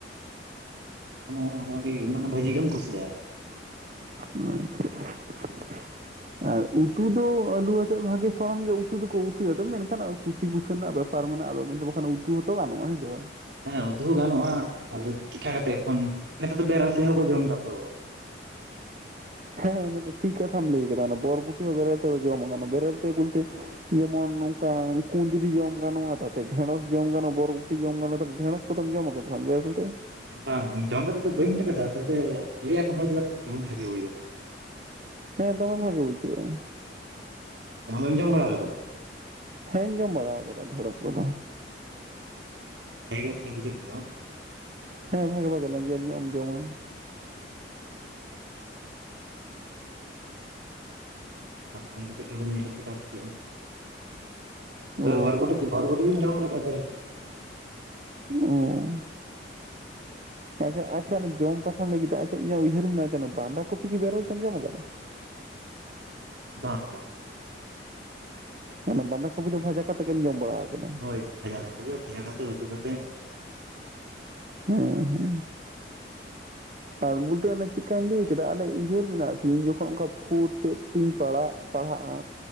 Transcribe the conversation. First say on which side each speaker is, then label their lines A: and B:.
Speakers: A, on the right; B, on the right.
A: <unintelligible> ᱚᱱᱟᱜᱤ ᱢᱟᱱᱮ ᱵᱷᱟᱹᱡᱤ ᱜᱮᱢ ᱠᱩᱥᱤᱭᱟ
B: <inaudible>
A: <inaudible>
B: ᱟᱨ ᱩᱛᱩ ᱫᱚ ᱟᱹᱞᱩ ᱣᱟᱛᱮᱜ ᱵᱷᱟᱜᱮ ᱥᱚᱲᱚᱢ ᱜᱮ ᱩᱛᱩ ᱫᱚᱠᱚ ᱩᱛᱩᱭᱟ ᱟᱫᱚ ᱢᱮᱱᱠᱷᱟᱱ ᱠᱩᱥᱤ ᱵᱩᱥᱟᱹ ᱨᱮᱱᱟᱜ ᱵᱮᱯ ᱯᱟᱨ ᱢᱮᱱᱟᱜᱼᱟ ᱟᱫᱚ ᱠᱤᱱᱛᱩ ᱵᱟᱠᱷᱟᱱ ᱩᱛᱩ ᱦᱚᱸ ᱛᱚ ᱜᱟᱱᱚᱜᱼᱟ ᱦᱮᱹᱥᱮ ᱵᱟᱝ᱾
A: ᱦᱮᱸ ᱩᱛᱩᱦᱚᱸ ᱜᱟᱱᱚᱜᱼᱟ ᱟᱫᱚ ᱪᱮᱤᱠᱟ ᱠᱟᱛᱮᱜ ᱮᱠᱷᱚᱱ ᱱᱮᱛᱟᱨ ᱫᱚ ᱵᱮᱨᱮᱞ ᱛᱮᱦᱚᱸ ᱠᱚ ᱡᱚᱢᱫᱟᱛᱚ᱾
B: ᱦᱮᱸ ᱢᱤᱜᱴᱮᱡ ᱴᱷᱤᱠ ᱠᱟᱛᱷᱟᱢ ᱞᱟᱹᱭ ᱠᱟᱫᱟ ᱚᱱᱟ ᱵᱚᱨ ᱵᱩᱴᱤ ᱦᱚᱸ ᱵᱮᱨᱮᱞ ᱛᱮᱠᱚ ᱡᱚᱢᱟᱠᱟᱱᱟ ᱵᱮᱨᱮᱞ ᱛᱮ ᱵᱩᱞᱛᱮ ᱡᱮᱢᱚᱱ ᱱᱚᱝᱠᱟ ᱠᱩᱸᱫᱨᱤ ᱡᱚᱢ ᱜᱟᱱᱚᱜᱼᱟ ᱛᱟᱛᱮ ᱰᱷᱮᱹᱲᱚᱥ ᱡᱚᱢ ᱜᱟᱱᱚᱜᱼᱟ ᱵᱚᱨᱵᱳᱴᱤ ᱡᱚᱢ ᱜᱟᱱᱚᱜᱼᱟ ᱛᱟ ᱰᱷᱮᱸᱲᱚᱥ ᱠᱚᱫᱚᱢ ᱡᱚᱢ ᱠᱟᱫᱟ ᱵᱮᱨᱮᱞ ᱛᱮ?
A: ᱵᱟᱝ ᱡᱚᱢ ᱠᱟᱛᱮᱜ ᱫᱚ ᱵᱟᱹᱧ ᱧᱮᱞ ᱠᱟᱫᱟ ᱛᱚᱵᱮ ᱞᱟᱹᱭᱟᱠᱚ ᱦᱚᱲ ᱪᱮᱠᱟᱛᱮ <unintelligible>
B: ᱦᱮᱸ ᱫᱚᱢᱮ ᱵᱷᱟᱹᱜᱮ ᱵᱩᱡᱷᱟᱹᱜᱼᱟ᱾
A: ᱟᱡᱮᱢ ᱡᱚᱢ ᱵᱟᱲᱟᱣ ᱠᱟᱫᱟ?
B: ᱦᱮᱸᱧ ᱡᱚᱢ ᱵᱟᱲᱟᱣ ᱠᱟᱫᱟ ᱰᱷᱮᱸᱲᱚᱥ ᱠᱚᱫᱚ᱾
A: ᱦᱮᱜᱮ <unintelligible> ᱵᱩᱡᱷᱟᱹᱣ ᱠᱮᱜᱟᱢ?
B: ᱦᱮᱸ ᱵᱷᱟᱜᱮ ᱵᱷᱟᱜᱮ ᱞᱮᱸᱡᱮᱨ ᱧᱚᱜ ᱮᱢ ᱡᱚᱢᱟ᱾
A: <unintelligible> ᱠᱟᱛᱮᱜ ᱜᱮ ᱵᱮᱱ ᱧᱮᱞᱮ ᱧᱟᱢᱟ ᱠᱮᱜᱟ ᱡᱮ
B: ᱚ
A: ᱛᱚᱵᱮ ᱵᱟᱨ ᱠᱩᱴᱤ ᱠᱤ ᱵᱚᱨ ᱠᱩᱴᱤ ᱵᱤᱱ ᱡᱚᱢ ᱠᱟᱫᱟ ᱵᱮᱨᱮᱞ
B: ᱩᱸ᱾
A: <inaudible>
B: ᱟᱪᱪᱷᱟ ᱟᱪᱪᱷᱟ ᱚᱱᱟ ᱡᱚᱢ ᱡᱚᱛᱷᱟᱢ ᱞᱟᱹᱭ ᱠᱮᱫᱟ ᱟᱪᱪᱷᱟ ᱤᱧᱟᱹᱜ ᱩᱭᱦᱟᱹᱨ ᱢᱮᱱᱟᱛᱮᱱᱟ ᱵᱟᱸᱫᱟ ᱠᱚᱯᱤ ᱠᱤ ᱵᱮᱨᱮᱞ ᱛᱮᱢ ᱡᱚᱢ ᱟᱠᱟᱫᱟ?
A: ᱵᱟᱝ ᱵᱟᱝ᱾
B: ᱚᱱᱟ ᱵᱟᱸᱫᱟ ᱠᱚᱯᱤ ᱫᱚ ᱵᱷᱟᱡᱟ ᱠᱟᱛᱮᱜ ᱜᱮᱢ ᱡᱚᱢ ᱵᱟᱲᱟᱣ ᱠᱟᱫᱟ᱾
A: ᱦᱳᱭ ᱵᱷᱟ ᱠᱟᱛᱮᱜ ᱜᱮ ᱵᱷᱟᱡᱟ ᱠᱟᱛᱮᱜ ᱩᱛᱩ ᱠᱟᱛᱮᱜ
B: ᱦᱮ ᱦᱮ᱾
A: <inaudible>
B: ᱟᱨ ᱵᱩᱫᱟᱹ ᱚᱱᱮ ᱪᱮᱠᱟᱧ ᱞᱟᱹᱭ ᱠᱮᱫᱟ ᱟᱞᱮ ᱩᱭᱦᱟᱹᱨ ᱢᱮᱱᱟᱜ ᱛᱤᱧ ᱡᱚᱠᱷᱚᱱ ᱚᱱᱠᱟ ᱯᱷᱳ ᱥᱮᱜ ᱤᱧ ᱯᱟᱲᱟᱜ ᱯᱟᱲᱦᱟᱜᱼᱟ᱾